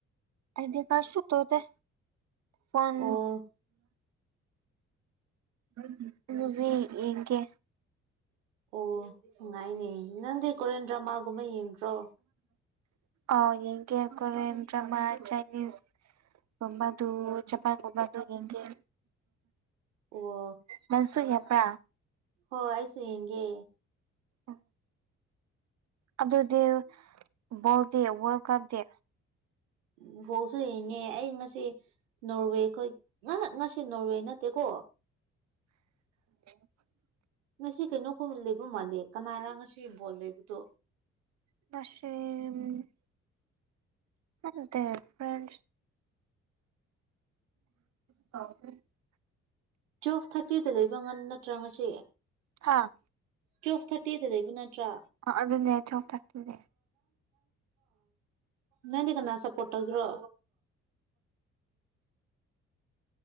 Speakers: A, on the right; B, on the right.
A: ꯑꯥꯏꯗꯤ ꯀꯥ ꯁꯠꯇꯗ ꯐꯣꯟ
B: ꯑꯣ
A: <unintelligible> ꯌꯦꯡꯒꯦ
B: ꯑꯣ ꯅꯨꯡꯉꯥꯏꯅꯦ ꯅꯪꯗꯤ ꯀꯣꯔꯦꯟ ꯗ꯭ꯔꯃꯥꯒꯨꯝꯕ ꯌꯦꯡꯗ꯭ꯔꯣ ꯫
A: ꯑꯣ ꯌꯦꯡꯒꯦ ꯀꯣꯔꯤꯌꯥꯟ ꯗ꯭ꯔꯃꯥ ꯆꯥꯏꯅꯤꯁ ꯀꯝꯕ ꯑꯗꯨ ꯆꯄꯥꯟꯒꯝꯕ ꯑꯗꯨ ꯌꯦꯒꯦ
B: ꯑꯣ
A: ꯅꯪꯁꯨ ꯍꯦꯟꯄ꯭ꯔꯥ꯫
B: ꯍꯣꯏ ꯑꯩꯁꯨ ꯌꯦꯡꯒꯦ꯫
A: ꯑ꯫ ꯑꯗꯨꯗꯤ ꯕꯣꯜꯗꯤ ꯋꯥꯔꯜ ꯀꯞꯗꯤ꯫
B: ꯎ ꯕꯣꯜꯁꯨ ꯌꯦꯡꯉꯦ ꯑꯩ ꯉꯁꯤ꯫ ꯅꯣꯔꯋꯦ ꯈꯣꯏ ꯉꯥ ꯉꯁꯤ ꯅꯣꯔꯋꯦ ꯅꯠꯇꯦꯀꯣ꯫
A: ꯍ꯫
B: ꯉꯁꯤ ꯀꯩꯅꯣ ꯀꯨꯝ ꯂꯩꯕ ꯃꯥꯜꯂꯦ ꯀꯅꯥꯔ ꯉꯁꯤ ꯕꯣꯜ ꯂꯩꯕꯗꯣ꯫
A: ꯉꯁꯤ ꯎꯝ꯫ ꯑꯗꯦ ꯐ꯭ꯔꯦꯟ꯫ ꯇ <inaudible>
B: ꯇꯨꯋꯦꯜꯞ ꯊꯥꯔꯇꯤꯗ ꯂꯩꯕ ꯉ ꯅꯠꯇ꯭ꯔꯥ ꯉꯁꯤ꯫
A: ꯍꯥꯥ꯫
B: ꯇꯨꯋꯜꯞ ꯊꯥꯔꯇꯤꯗ ꯂꯩꯕ ꯅꯠꯇ꯭ꯔꯥ꯫
A: ꯑꯗꯨꯅꯦ ꯇꯨꯋꯦꯜꯞ ꯊꯔꯇꯤꯅꯦ꯫
B: ꯅꯪꯗꯤ ꯀꯅꯥ ꯁꯄꯣꯠ ꯇꯧꯒ꯭ꯔꯣ꯫